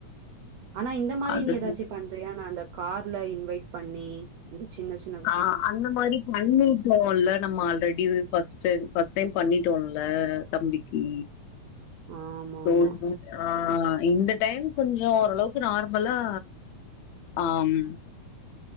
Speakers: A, on the right; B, on the left.
A: ஆனா இந்த மாரி
B: அது
A: நீ ஏதாச்சு பண்றியா நா அந்த கார்ல இன்வைட் பண்ணி இந்த சின்ன சி
B: ஆ அந்த மாரி பண்ணிப் போவோல்ல நம்ம already first time first time பண்ணிட்டோல்ல தம்பிக்கு
A: ஆமாமா.
B: சோல் மு ஆ இந்த டைம் கொஞ்சோ ஓரளவுக்கு நார்மலா அ ம்